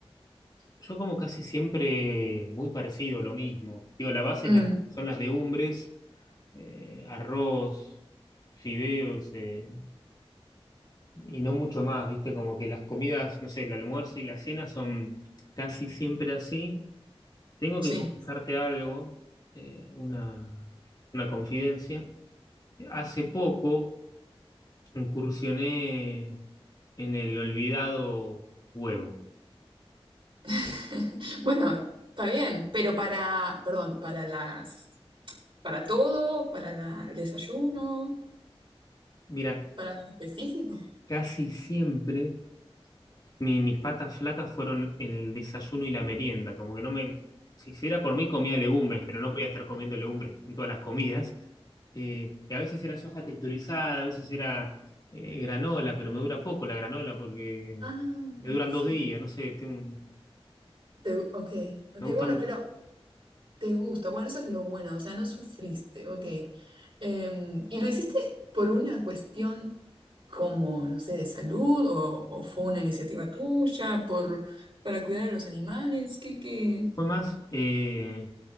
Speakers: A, on the left; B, on the right.
A: yo como casi siempre muy parecido, lo mismo. Digo, la base
B: Mm,
A: es la- son las legumbres, eh, arroz, fideos. eh, y no mucho más, ¿viste? Como que las comidas, no sé, el almuerzo y la cena son casi siempre así. Tengo
B: sí.
A: que confesarte algo, eh, una, una confidencia. Hace poco incursioné en el olvidado huevo.
B: <laughs> Bueno, está bien, pero para, perdón, para las, para todo, para la- el desayuno,
A: Mira,
B: para algo específico.
A: casi siempre mi- mis patas flacas fueron el desayuno y la merienda, como que no me, si, si era por mí comía legumbres, pero no podía estar comiendo legumbres en todas las comidas. Eh, y a veces era soja texturizada, a veces era eh, granola, pero me dura poco la granola porque
B: Ah,
A: me duran
B: sí.
A: dos días, no sé, tengo, un-
B: Te- ok, ok,
A: me gusta
B: bueno,
A: mucho.
B: pero Te gusta, bueno, eso es lo bueno, o sea, no sufriste, ok. Em, ¿y lo hiciste por una cuestión como, no sé, de salud o, o fue una iniciativa tuya por, para cuidar a los animales? ¿Qué, qué?
A: Fue más eh,